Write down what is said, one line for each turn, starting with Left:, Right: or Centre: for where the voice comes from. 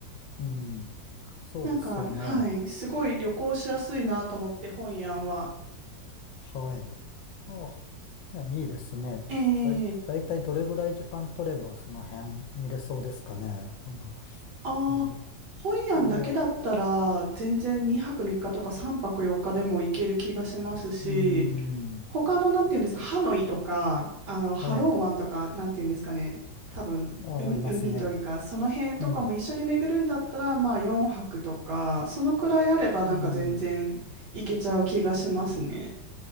Left: うん。そうですよね。
Right: なんか、はい、すごい旅行しやすいなと思って、ホイアンは。
Left: はい。あ、いや、いいですね。
Right: ええ
Left: だい、だいたいどれぐらい時間取ればその辺見れそうですかね。あの、
Right: ああホイアンだけだったら、
Left: うん、お、う
Right: 全然2泊3日とか3泊4日でも行ける気がしますし、
Left: ーん、
Right: 他の、なんていうんですか、ハノイとか、あの、ハロン湾とか、
Left: はい。
Right: なんていうんですかね、多分、
Left: あ、
Right: う、
Left: ありますね。
Right: 海というか、その辺とかも一緒に巡るんだったら、
Left: うん、
Right: まあ、四泊とか、そのくらいあれば、なんか全然行けちゃう気がしますね。
Left: うん。